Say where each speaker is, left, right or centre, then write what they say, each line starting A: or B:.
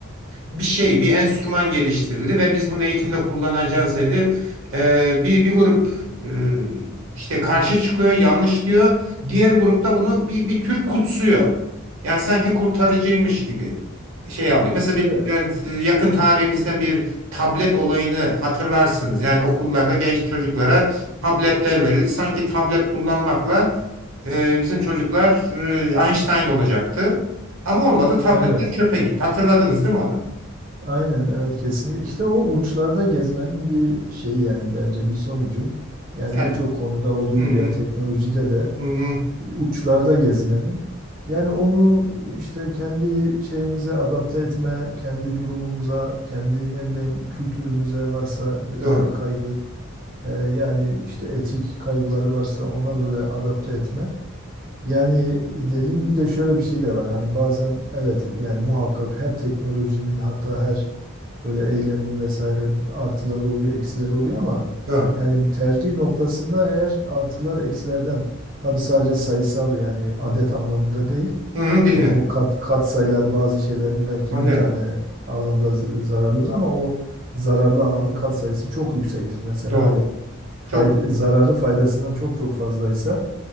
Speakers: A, on the right; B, on the right.
A: e, bir şey, bir enstrüman geliştirildi ve biz bunu eğitimde kullanacağız dedi. E, bir bir grup e, işte karşı çıkıyor, yanlış diyor. Diğer grupta bunu bir bir tür kutsuyor. Yani sanki kurtarıcıymış gibi şey alıyor. Mesela bir
B: Evet.
A: yani yakın tarihimizden bir tablet olayını hatırlarsınız. Yani okullarda genç çocuklara tabletler verildi. Sanki tablet kullanmakla e, bizim çocuklar e, Einstein olacaktı. Ama olmadı tabletler
B: Evet.
A: çöpe gitti. Hatırladınız değil mi onu?
B: Aynen evet kesinlikle. İşte o uçlarda gezmenin bir şeyi yani bence bir sonucu. Yani
A: Yani,
B: birçok konuda olduğu
A: hı
B: gibi
A: hı,
B: ya teknolojide de
A: hı hı,
B: uçlarda gezmenin. Yani onu işte kendi şeyimize adapte etme, kendi durumumuza, kendi ne bileyim kültürümüze varsa bir- öyle
A: doğru.
B: bir kaygı, e, yani işte etik kaygıları varsa ona böyle adapte etme. Yani dediğim gibi de şöyle bir şey de var. Hani bazen evet yani muhakkak her teknolojinin hatta her Böyle eylemin vesaire artıları oluyor, eksileri oluyor ama
A: Doğru.
B: yani bir tercih noktasında eğer artılar eksilerden tabii sadece sayısal yani adet anlamında değil.
A: Hı hı, dinliyorum.
B: e, o kat, kat sayıları bazı şeylerin belki
A: Anlıyorum.
B: bir tane alanda z- zararlıdır ama o zararlı alanın kat sayısı çok yüksektir. Mesela
A: Doğru.
B: hani fayda,
A: Çok doğru.
B: zararı faydasından çok çok fazlaysa